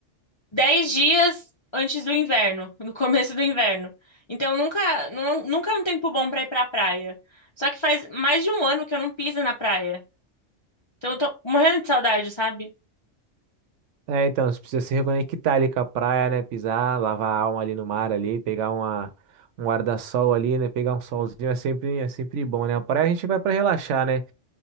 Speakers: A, on the left; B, on the right.
A: dez dias antes do inverno, no começo do inverno. Então nunca, nu- nunca é um tempo bom pra ir pra praia. Só que faz mais de um ano que eu não piso na praia. Então eu tô morrendo de saudade, sabe?
B: É, então, você precisa se reconectar ali com a praia, né? Pisar, lavar a alma ali no mar ali, pegar uma, um guarda-sol ali, né? Pegar um solzinho é sempre, é sempre bom, né? A praia a gente vai para relaxar, né?